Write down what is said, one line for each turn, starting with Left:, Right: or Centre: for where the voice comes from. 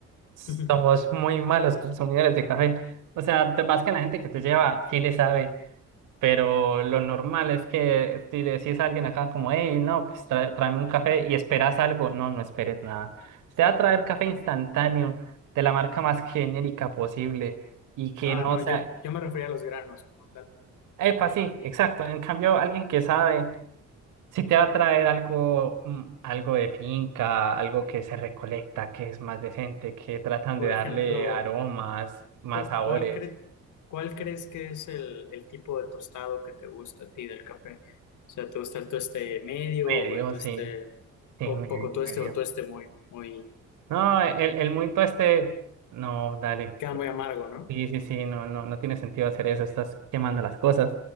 Right: Somos
Left: Ujú.
Right: muy malos consumidores de café. O sea, de- más que la gente que te lleva, sí le sabe. Pero lo normal es que si le decís a alguien acá como, hey, no, pues tra- tráeme un café y esperas algo. No, no esperes nada. Te va a traer café instantáneo de la marca más genérica posible y que
Left: Ah,
Right: no
Left: no,
Right: sea...
Left: yo, yo me refería a los granos como tal.
Right: Epa, sí, exacto. En cambio, alguien que sabe, si te va a traer algo, mm, algo de finca, algo que se recolecta, que es más decente, que tratan
Left: Por
Right: de darle
Left: ejemplo,
Right: aromas, más
Left: ¿cu-
Right: sabores.
Left: ¿cuál, cre- cuál crees que es el, el tipo de tostado que te gusta a ti del café? O sea, ¿te gusta el tueste medio,
Right: Medio,
Left: el tueste
Right: sí, sí,
Left: po-
Right: medio,
Left: poco tueste
Right: medio.
Left: o tueste muy, muy,
Right: No, el, el muito este, no, dale.
Left: queda muy amargo, ¿no?
Right: Sí, sí, sí, no, no, no tiene sentido hacer eso, estás quemando las cosas.